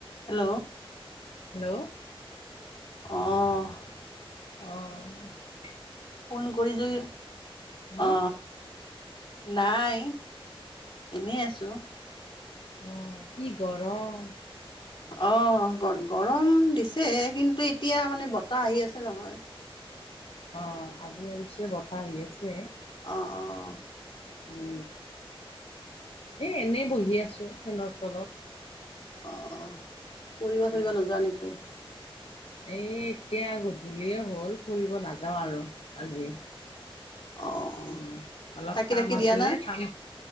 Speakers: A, on the left; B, on the left.
A: Hello?
B: Hello?
A: অ'।
B: অ'।
A: Phone কৰি য
B: হা
A: অ'। নাই এনেই আছোঁ।
B: অ', কি গৰম।
A: অ', গ-গৰম দিছে কিন্তু এতিয়া মানে বতাহ আহি আছে নহয়।
B: অ', আজি অৱশ্যে বতাহ আহি আছে।
A: অ', অ', অ'।
B: উম, এ এনেই বহি আছো ফেনৰ তলত।
A: অ', ফুৰিবা-চুৰিবা
B: উম
A: নোযোৱা নেকি?
B: এই এতিয়া গধূলিয়ে হ'ল, ফুৰিব নাযাওঁ আৰু আজি।
A: অঁ
B: উম, অলপ
A: থাকি
B: কাম
A: থাকি দিয়া
B: আছিলে
A: না
B: কাম।